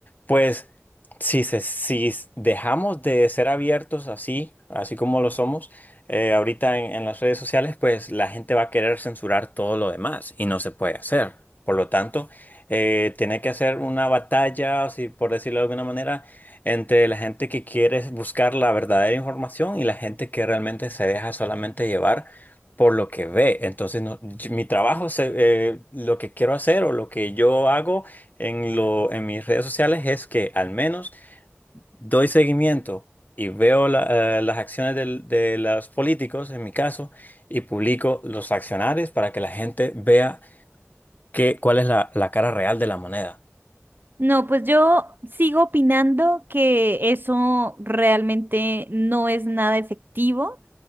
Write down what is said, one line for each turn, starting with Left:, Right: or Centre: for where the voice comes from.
Left: pues si, se- si s- dejamos de ser abiertos así, así como lo somos, eh, ahorita en, en las redes sociales, pues la gente va a querer censurar todo lo demás y no se puede hacer. Por lo tanto, eh, tiene que hacer una batalla, si, por decirlo de alguna manera, entre la gente que quiere buscar la verdadera información y la gente que realmente se deja solamente llevar por lo que ve. Entonces, no- y- mi trabajo, se- eh, lo que quiero hacer o lo que yo hago en lo, en mis redes sociales es que al menos doy seguimiento y veo la- eh, las acciones del- de los políticos, en mi caso, y publico los accionarios para que la gente vea qué- cuál es la, la cara real de la moneda.
Right: No, pues yo sigo opinando que eso realmente no es nada efectivo